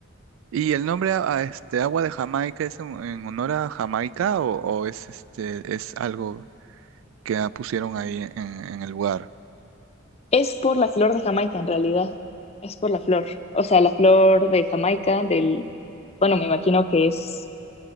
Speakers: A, on the right; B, on the left.
A: ¿Y el nombre a, a este, agua de Jamaica es en, en honor a Jamaica o, o es, este, es algo que ah, pusieron ahí en, en el lugar? <laughs>
B: Es por la flor de Jamaica, en realidad. Es por la flor. O sea, la flor de Jamaica, del... Bueno, me imagino que es